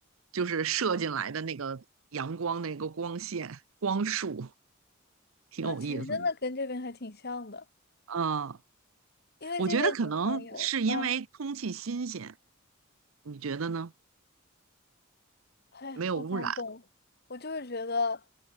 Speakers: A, on the right; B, on the left.
A: 就是射进来的那个阳光那个光线光束，挺有意思的。
B: 那其实真的跟这边还挺像的，
A: 嗯，
B: 因为这边经常有，
A: 我觉得可能是因为空气新鲜，
B: 啊。
A: 你觉得呢？
B: 哎，
A: 没有污染。
B: 我搞不懂，我就是觉得